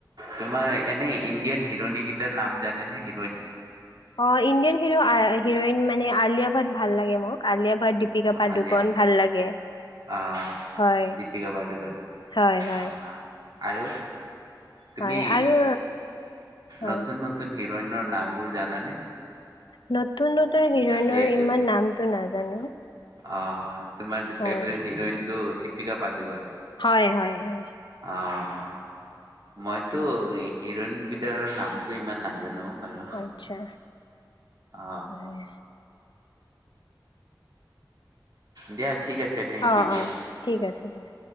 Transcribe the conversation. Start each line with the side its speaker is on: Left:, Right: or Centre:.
Right: তোমাৰ এনে ইণ্ডিয়ান হিৰণী কেইটাৰ নাম জানেনে হিৰইনচ?
Left: অ ইণ্ডিয়ান হিৰো- হিৰইন মানে আলিয়া ভাট ভাল লাগে মোৰ। আলিয়া ভাট দীপিকা পাদুকন
Right: আলিয়া
Left: ভাল লাগে,
Right: আহ
Left: হয়-
Right: দীপিকা পাদুকন
Left: হয় - হয়।
Right: অ আৰু তুমি
Left: হয় আৰু হয়
Right: নতুন নতুন হিৰইনৰ নামবোৰ জানানে?
Left: নতুন নতুন হিৰইনৰ
Right: যিহেতু
Left: ইমান নামটো নাজানো।
Right: আহ। তোমাৰ তো
Left: হয়
Right: ফেভৰেট হিৰইন ত দীপিকা পাদুকন।
Left: হয় -হয় -হয়।
Right: আহ। মইতো
Left: হয়
Right: এই হিৰইন গীটাৰৰ নামটো ইমান নাজানো। নো বাৰু
Left: আচ্ছা
Right: অ
Left: হয়
Right: দিয়া ঠিক আছে থেংক
Left: অ'
Right: ইউ দিয়া।
Left: অ' থিক আছে দিয়া।